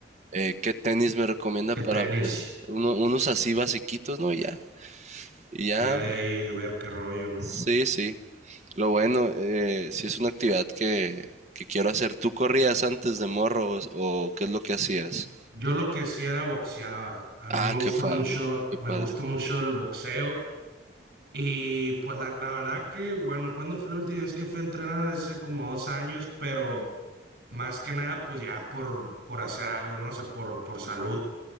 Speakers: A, on the right; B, on the right.
A: eh, qué tenis me recomienda
B: que
A: para
B: tenis.
A: pues uno- unos así basiquitos, ¿no? Y ya. Y ya,
B: Ya de ahí ver qué rollo, ¿no?
A: sí, sí. Lo bueno, eh, sí es una actividad que, que quiero hacer. ¿Tú corrías antes de morros o qué es lo que hacías?
B: Yo lo que hacía era boxeaba. A mí
A: Ah,
B: me gusta
A: qué padre,
B: mucho,
A: qué
B: me
A: padre.
B: gusta mucho el boxeo. Y pues la, la verdad que, bueno, cuando fue la última vez que fui a entrenar? Hace como dos años, pero más que nada, pues ya por, por hacer algo, ¿no? O sea, por, por salud.